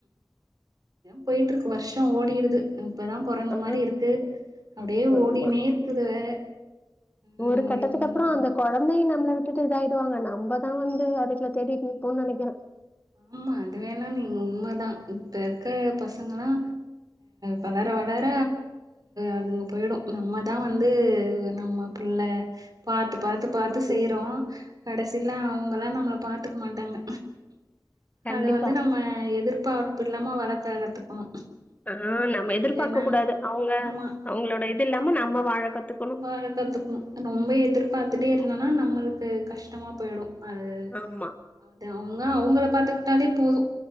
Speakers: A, on the right; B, on the left.
A: போயிட்ருக்கு வருஷ ஓடிருது இப்பதா பொறந்த
B: ஆ
A: மாரி இருக்கு அப்டியே
B: ஆமா
A: ஓடினே இருக்குது வேற ம்
B: ஒரு கட்டத்துக்கு
A: என்னதுதானே
B: அப்புறோ அந்த குழந்தையு நம்மள விட்டுட்டு இதா ஆயிடுவாங்க நம்ம தா வந்து அதுகல தேடிட்டு நிப்போ நெனைக்கிற
A: ஆமா அது வேணா நீங்க உண்மதா இப்ப இருக்க பசங்கலா வளர வளர அதுங்க போய்டு நம்ம தா வந்து நம்ம புள்ள பாத்து பாத்து பாத்து
B: ம்
A: செய்றோ கடைசில அவங்கல்லா நம்மள பாத்துக்க மாட்டாங்க
B: கண்டிப்பா
A: அது வந்து நம்ம எதிர்ப்பார்ப்பு இல்லாம வளக்க கத்துக்கணு
B: ஆ நம்ம எதிர்பாக்க
A: இல்லன்னா
B: கூடாது அவங்க
A: ஆமா
B: அவங்களோட இது இல்லாம நம்ம வாழக்கத்துக்கனு
A: வாழ கத்துகணு ரொம்ப எதிர்பாத்துட்டே
B: ம்
A: இருந்தோனா நம்மளுக்கு கஷ்டமா போய்டு அது
B: ஆமா
A: அது அவங்க அவங்கள பாத்துக்கிட்டாலே போது